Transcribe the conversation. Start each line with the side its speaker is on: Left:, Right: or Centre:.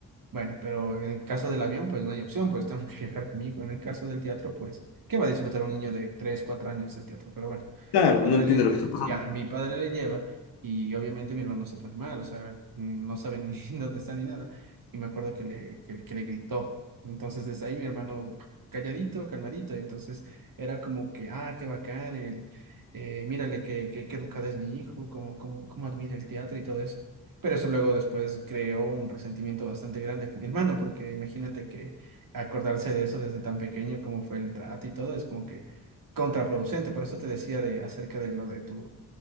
Right: bueno, pero en el caso del avión, pues no hay opción, pues <laughs> tengo que viajar con mi hijo. En el caso del teatro, pues, ¿qué va a disfrutar un niño de 3 4 años del teatro? Pero bueno,
Left: claro,
Right: mi padre
Left: no entiende
Right: le,
Left: lo
Right: le-
Left: que está pasando.
Right: ya, mi padre le lleva y obviamente mi hermano se pone mal, o sea, no sabe ni <laughs> dónde está ni nada. Y me acuerdo que le, que, que le gritó. Entonces, desde ahí mi hermano calladito, calmadito. Entonces, era como que, ah, qué bacán, el, eh, mírale qué, qué, qué educado es mi hijo, cómo, cómo, cómo admira el teatro y todo eso. Pero eso luego después creó un resentimiento bastante grande con mi hermano, porque imagínate que acordarse de eso desde tan pequeño, cómo fue el trato y todo, es como que contraproducente. Por eso te decía de acerca de lo de tu